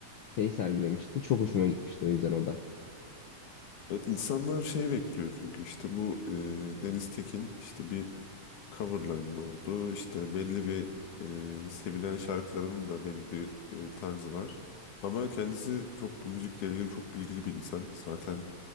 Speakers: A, on the left; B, on the left.
A: şey sergilemişti. Çok hoşuma gitmişti o yüzden o da.
B: Evet insanlar şey bekliyor çünkü işte bu e, Deniz Tekin işte bir coverla ünlü oldu. İşte belli bir e, sevilen şarkıların da belli bir e, tarzı var. Ama kendisi çok müzikle ilgili çok bilgili bir insan. Zaten